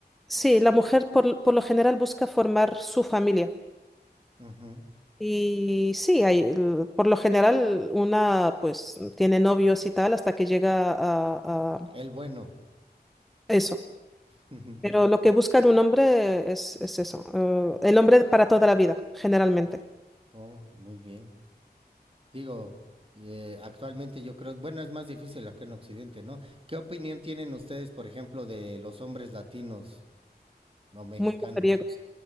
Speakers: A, in the centre; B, on the right (about 35°).
A: Sí, la mujer por, por lo general busca formar su familia.
B: Ujú.
A: Y sí, hay, l- por lo general una pues tiene novios y tal hasta que llega a, a
B: El bueno.
A: eso.
B: <laughs>
A: Pero lo que busca en un hombre es, es eso, eh, el hombre para toda la vida, generalmente.
B: Oh, muy bien. Digo, eh, actualmente yo creo, bueno, es más difícil acá en Occidente, ¿no? ¿Qué opinión tienen ustedes, por ejemplo, de los hombres latinos o mexicanos?
A: Muy mujeriegos,